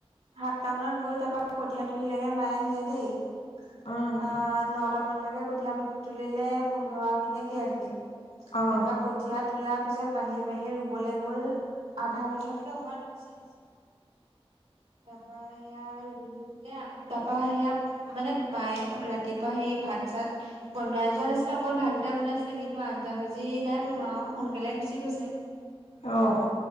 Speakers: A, on the right; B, on the left.
A: সাতটা মানত গ'ল তাৰপা কঠীয়া তুলিলে গৈ মায়ে সিয়ে দেই অ'
B: উম
A: ন নটা মানলৈকে কঠীয়া পাতি তুলিলে পোন্ধৰ আখি নে কেই আখি, তাৰপা
B: অহ
A: ক কঠীয়া তোলাৰ পিছত বাহিৰে-বাহিৰে ৰুবলৈ গ'ল আধা বিঘাতকে অকনমান বেছি দিছে। তাৰাপা সেয়া আৰু ৰুলোগে তাৰপা সেয়া মানে মায়ে ৰাতিপুৱা সেই ভাত চাত বনাই যোৱা নাছিলে অকল ভাতকেইটা বনাইছিলে কিন্তু আঞ্জা ভাজি নাই বনোৱা সোনকালে গুচি গৈছে
B: অ'